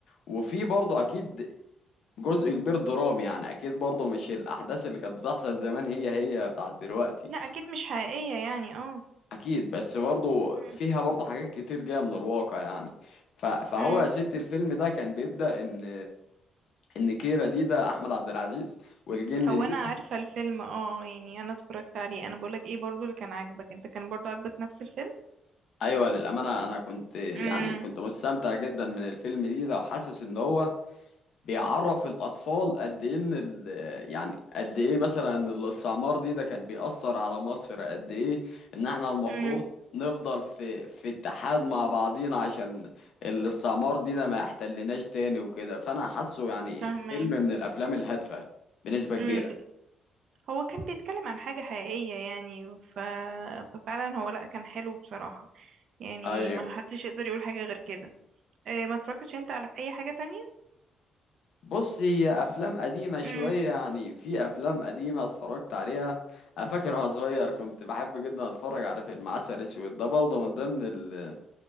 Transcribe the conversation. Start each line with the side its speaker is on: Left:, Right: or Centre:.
Left: وفي برضه أكيد جزء كبير درامي يعني أكيد برضه مش الأحداث اللي كانت بتحصل زمان هي هي بتاعت دلوقتي
Right: لا اكيد مش حقيقية يعني اه
Left: أكيد بس برضه
Right: امم
Left: فيها برضه حاجات كتير جاية من الواقع يعني ف- فهو
Right: امم
Left: يا ست الفيلم ده كان بيبدأ إن ان كيرا دي ده احمد عبد العزيز والجن دي
Right: هو انا عارفة
Left: ده
Right: الفيلم اه يعني انا اتفرجت عليه انا بقولك ايه برضو اللي كان عاجبك انت كان برضو عاجبك نفس الفيلم
Left: ايوه للامانه انا كنت يعني
Right: امم
Left: كنت مستمتع جدا من الفيلم دي ده وحاسس ان هو بيعرف الاطفال قد ايه ان ال- يعني قد ايه مثلا إن الاستعمار دي ده كان بيأثر على مصر قد ايه ان احنا المفروض
Right: امم
Left: نفضل في في اتحاد مع بعضينا عشان الاستعمار دي ده ما يحتلناش تاني وكده فانا حاسه يعني
Right: فاهمك
Left: فيلم من الافلام الهادفه بنسبه كبيره
Right: امم هو كان بيتكلم عن حاجة حقيقية يعني ف... ففعلا هو لا كان حلو بصراحة يعني
Left: ايوه
Right: ما حدش يقدر يقول حاجة غير كده إيه ما اتفرجتش انت على اي حاجة تانية
Left: بص هي افلام قديمه شويه
Right: امم
Left: يعني في افلام قديمه اتفرجت عليها انا فاكر وانا صغير كنت بحب جدا اتفرج على فيلم عسل اسود ده برضه من ضمن ال...